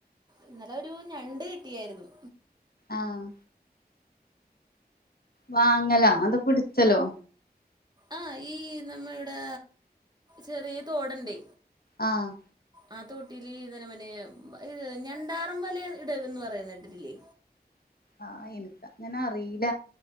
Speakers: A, on the right; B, on the left.
A: ഇന്നലെ ഒരു ഞണ്ട് കിട്ടിയായിരുന്നു
B: ആഹ് വാങ്ങല അത് പിടിച്ചലോ
A: ആഹ് ഈ നമ്മ ഇവിടെ ചെറിയ തോട്ണ്ട്
B: ആഹ്
A: ആ തോട്ടില് ഇ <unintelligible> നെ മറ്റെ ഈ ഞണ്ടാറും വലെ ഇടലിന്ന് പറയുന്നേ ട്ടിട്ടില്ലേ
B: ആഹ് എനിക്കങ്ങനെ അറീല